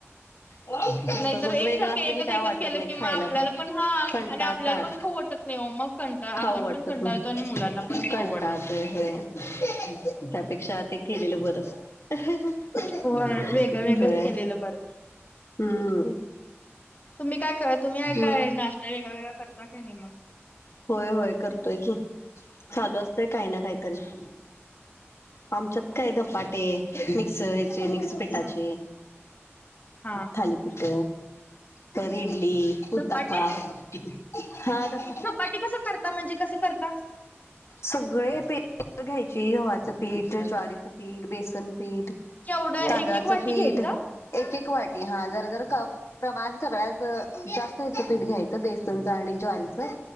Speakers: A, on the left; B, on the left.
A: सतत
B: नाहीतर एकसारखं
A: वेगळं असल
B: एकच
A: की काय
B: एकच
A: वाटत
B: केलं
A: नाही
B: की मग
A: खायला
B: आपल्याला
A: प
B: पण हा
A: कंटा
B: आणि आपल्याला
A: खात.
B: पण खाऊ वाटत नाही ओ मग कंटाळ आपण
A: खाऊ वाटत
B: पण कंटाळतो
A: नही.
B: आणि मुलांना पण
A: कंटाळतंय
B: खाऊ वाटत नाही.
A: होय. त्यापेक्षा ते केलेलं बरं. <inaudible>
B: होय वेगळं वेगळंच
A: होय.
B: केलेलं बरं.
A: हम्म.
B: तुम्ही काय क तुम्ही
A: म
B: काय नाश्ता वेगळा वेगळा करता काय नई मग.
A: होय होय करतोय की चालू असतय काही ना काहीतरी आमच्यात काय धपाटे, मिक्स ह्याचे मिक्स प डाचे,
B: हम्म हा.
A: थालीपीठ तर इडली
B: धपाटे
A: उत्तपा हा दप्पा
B: धपाटी कसं करता म्हणजे? कसं करता?
A: सगळे पे घ्यायची गव्हाचं पीठ, ज्वारीचं पीठ, बेसन पीठ
B: केवढं
A: तांदळाचं
B: एक एक वाटी
A: पीठ.
B: घ्यायचं
A: एक एक वाटी हा. जरा जरा कप प्रमाण सगळ्याच जास्त याचं पीठ घ्यायचं बेसनचं आणि ज्वारीच.